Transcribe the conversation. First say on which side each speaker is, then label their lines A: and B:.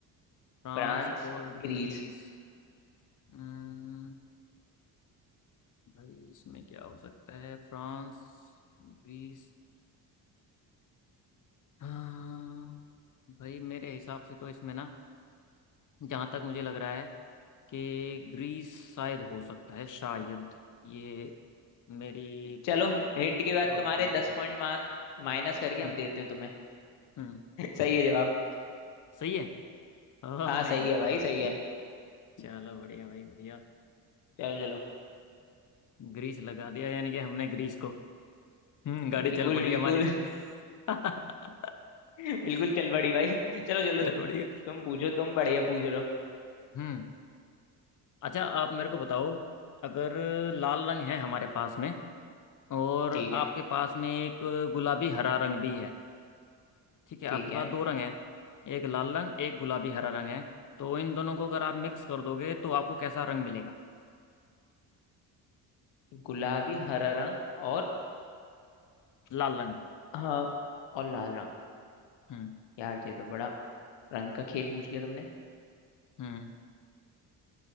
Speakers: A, on the left; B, on the left.
A: फ्रांस
B: France
A: और
B: Greece
A: ग्रीस हम्म भाई इसमें क्या हो सकता है फ्रांस ग्रीस हाँ भाई मेरे हिसाब से तो इसमें ना जहाँ तक मुझे लग रहा है कि ग्रीस शायद हो सकता है शायद ये मेरी
B: चलो
A: प्रोबेबिलिटी
B: हिंट के बाद तुम्हारे दस
A: है
B: पॉइंट मा, माइनस करके
A: हम्म
B: हम देते हैं तुम्हें <laughs>
A: हम्म
B: सही है जवाब
A: सही है Oh
B: हाँ
A: my
B: सही है
A: god
B: भाई सही है
A: चलो बढ़िया भाई बढ़िया
B: चलो चलो
A: ग्रीस लगा दिया यानी कि हमने ग्रीस को हम्म गाड़ी
B: बिल्कुल
A: चल पड़ी
B: बिल्कुल
A: हमारी <laughs>
B: <laughs> बिल्कुल चल बड़ी भाई चलो चलो
A: चल बढ़िया
B: तुम पूछो तुम बढ़िया पूछ रहे हो
A: हम्म अच्छा आप मेरे को बताओ अगर लाल रंग है हमारे पास में और
B: ठीक
A: आपके
B: है
A: पास में एक गुलाबी हरा रंग भी है ठीक है
B: ठीक
A: आपके पास
B: है
A: दो रंग है एक लाल रंग एक गुलाबी हरा रंग है तो इन दोनों को अगर आप मिक्स कर दोगे तो आपको कैसा रंग मिलेगा
B: गुलाबी हरा रंग और
A: लाल रंग
B: हाँ और लाल रंग
A: हम्म
B: यार ये तो बड़ा रंग का खेल पूछ लिया तुमने
A: हम्म